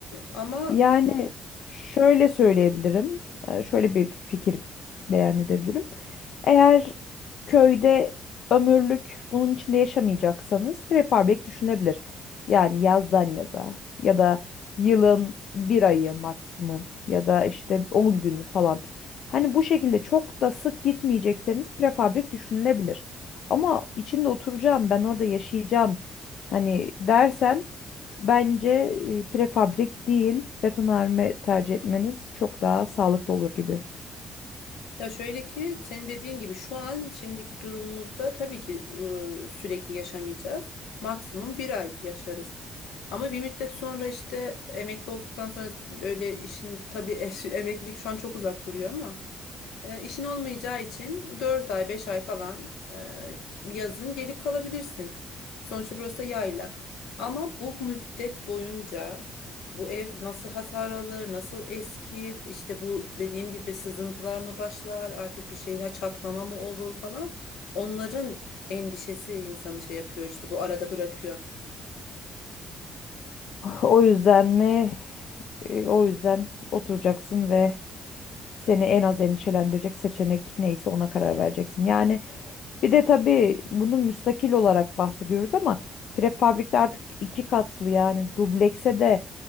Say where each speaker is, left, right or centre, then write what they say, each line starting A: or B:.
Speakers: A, on the left; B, on the left.
A: ama
B: Yani şöyle söyleyebilirim. e, Şöyle bir fikir beyan edebilirim. Eğer köyde ömürlük bunun içinde yaşamayacaksanız prefabrik düşünebilir. Yani yazdan yaza ya da yılın bir ayı maksimum ya da işte 10 günü falan. Hani bu şekilde çok da sık gitmeyecekseniz prefabrik düşünülebilir. Ama içinde oturacağım, ben orada yaşayacağım hani dersen bence e, prefabrik değil betonarme tercih etmeniz çok daha sağlıklı olur gibi.
A: Ya şöyle ki senin dediğin gibi şu an şimdiki durumumuzda tabii ki e, sürekli yaşamayacağız. Maksimum bir ay yaşarız. Ama bir müddet sonra işte emekli olduktan sonra böyle işin tabii <laughs> eş- emeklilik şu an çok uzak duruyor ama e, işin olmayacağı için 4 ay 5 ay falan e, yazın gelip kalabilirsin. Sonuçta burası da yayla. Ama bu müddet boyunca bu ev nasıl hasar alır, nasıl eskir, işte bu dediğim gibi sızıntılar mı başlar, artık bir şeyler çatlama mı olur falan. Onların endişesi insanı şey yapıyor işte bu arada bırakıyor.
B: O yüzden mi? E, o yüzden oturacaksın ve seni en az endişelendirecek seçenek neyse ona karar vereceksin. Yani bir de tabii bunu müstakil olarak bahsediyoruz ama prefabrikte artık iki katlı yani dublekse de